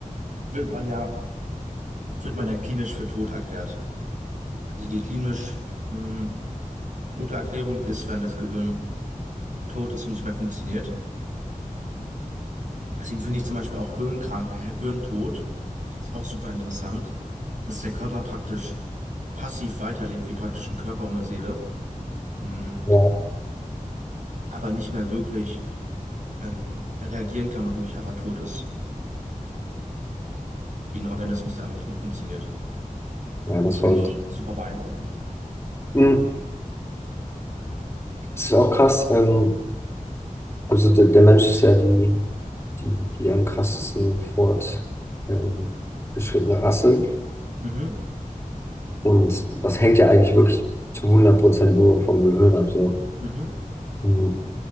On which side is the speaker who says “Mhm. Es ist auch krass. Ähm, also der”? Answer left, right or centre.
Left